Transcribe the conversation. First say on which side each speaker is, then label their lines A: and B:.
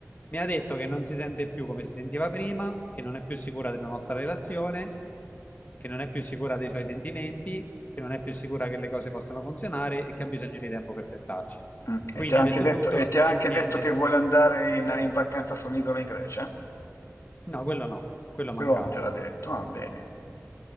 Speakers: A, on the left (about 30°); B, on the left (about 65°).
A: Mi ha detto che non si sente più come si sentiva prima, che non è più sicura della nostra relazione, che non è più sicura dei suoi sentimenti, che non è più sicura che le cose possano funzionare e che ha bisogno di tempo per pensarci.
B: Mm.
A: Quindi
B: E ti ha
A: ha
B: anche
A: detto
B: detto,
A: tutto
B: e ti ha
A: e
B: anche
A: niente.
B: detto che vuole andare in, in vacanza su un'isola in Grecia?
A: No, quello no, quello
B: Quello
A: mancava.
B: non te l'ha detto? Ah, bene,